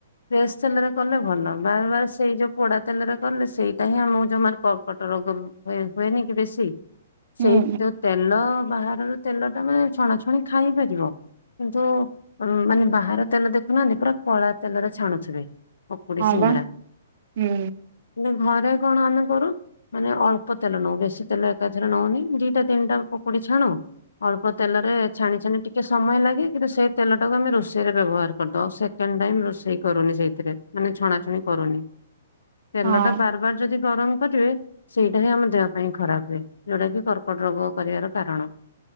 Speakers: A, on the left; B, on the right.
A: ଫ୍ରେଶ ତେଲରେ କଲେ ଭଲ ବାରବାର ସେଇ ଯୋଉ ପୋଡା ତେଲରେ କଲେ ସେଇଟା ହିଁ ଆମକୁ ଜମା କ ପେଟରୋଗ ରୋଗ ହୁଏନି କି ବେଶୀ
B: ହୁଁ
A: ସେଇ ଯୋଉ ତେଲ ବାହାରର ତେଲ ତମେ ଛଣାଛଣି ଖାଇପାରିବ କିନ୍ତୁ ମାନେ ବାହାର ତେଲ ଦେଖୁନାହାନ୍ତି ପୁରା କଳା ତେଲରେ ଛାଣୁଥିବେ ପକୁଡ଼ି
B: ହଁ
A: ସିଙ୍ଗେଡ଼ା।
B: ବା ହୁଁ
A: ନା ଘରେ କଣ ଆମେ କରୁ ମାନେ ଅଳ୍ପ ତେଲ ନଉ ବେଶୀ ତେଲ ଏକାଥରେ ନଉନି ଦିଟା ତିନିଟା ପୋକୁଡି ଛାଣ ଅଳ୍ପ ତେଲରେ ଛାଣି ଛାଣି ଟିକେ ସ୍ ସମୟ ଲାଗେ କିନ୍ତୁ ସେଇ ତେଲଟାକୁ ଆମେ ରୋଷେଇରେ ବ୍ୟବହାର କରିଦଉ ଆଉ ସେକେଣ୍ଡ ଟାଇମ ରୋଷେଇ କରୁନି ସେଇଥିରେ। ମାନେ ଛଣାଛଣି କରୁନି ତେଲ
B: ହଁ
A: ଟା ବାରବାର ଯଦି ଗରମ କରିବେ ସେଇଟା ହିଁ ଆମ ଦେହ ପାଇଁ ଖରାପ ହୁଏ। ଯୋଉଟା କି କର୍କଟ ରୋଗ କରିବାର କାରଣ